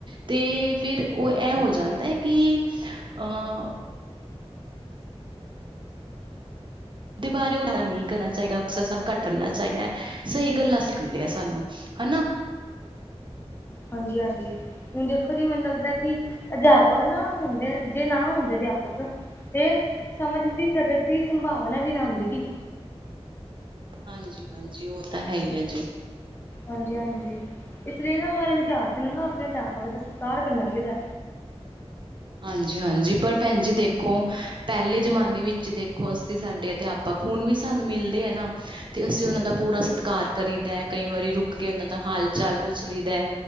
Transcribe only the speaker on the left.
ਹਾਂਜੀ- ਹਾਂਜੀ। ਹੁਣ ਦੇਖੋ ਜੀ, ਮੈਨੂੰ ਲੱਗਦਾ ਕਿ ਅਧਿਆਪਕ ਨਾ ਹੁੰਦੇ, ਜੇ ਨਾ ਹੁੰਦੇ ਅਧਿਆਪਕ। ਤੇ ਸਮਝ ਦੀ, ਸਬਰ ਦੀ, ਸੰਭਾਵਨਾ ਵੀ ਨਾ ਹੁੰਦੀ ਜੀ।
ਹਾਂਜੀ- ਹਾਂਜੀ ਇਸ ਲਈ ਨਾ ਹਰ ਵਿਦਿਆਰਥੀ ਨੂੰ ਨਾ ਆਪਣੇ ਅਧਿਆਪਕ ਦਾ ਸਤਿਕਾਰ ਕਰਨਾ ਚਾਹੀਦਾ।